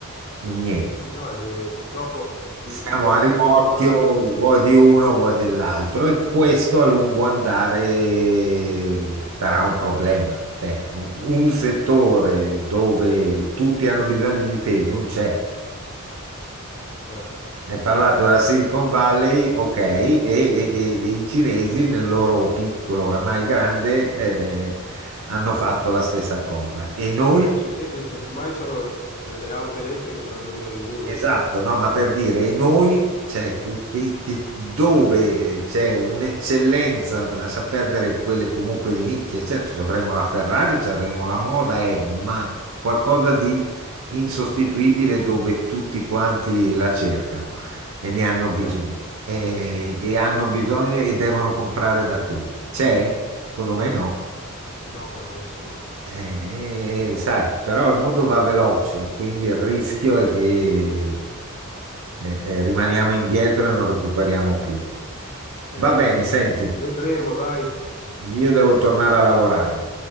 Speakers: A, on the right; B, on the left.
A: In niente.
B: sì, sì, no, ed è- purtroppo i,
A: Siamo
B: i governi
A: a rimorchio,
B: centrali sono sempre...
A: vuoi di uno, vuoi dell'altro, e questo a lungo andare sarà un problema. Cioè, un un settore dove tutti hanno bisogno di te non c'è.
B: Certo.
A: Hai parlato della Silicon Valley, ok, e, e- e i cinesi nel loro piccolo, oramai grande, eh, hanno fatto la stessa cosa. E noi?
B: Beh, i cinesi <laughs> ormai sono nelle auto elettriche, sono i numeri uno,
A: Esatto,
B: insomma.
A: no, ma per dire, e noi, cioè, che, che- che- dove c'è un'eccellenza, lascia perdere quelle comunque di nicchia, certo, ci avremo la Ferrari, ci avremo la moda, eh, ma qualcosa di insostituibile dove tutti quanti la cercano e ne hanno bisogno,
B: Eh,
A: e, e hanno bisogno e devono comprare da te. C'è? Secondo me no.
B: no, per adesso no.
A: Eh, eh, sai, però il mondo va veloce, quindi il rischio è che eh, eh, rimaniamo indietro e non recuperiamo più.
B: Eh,
A: Va bene,
B: vedremo,
A: senti,
B: vedremo, dai.
A: io devo tornare a lavorare.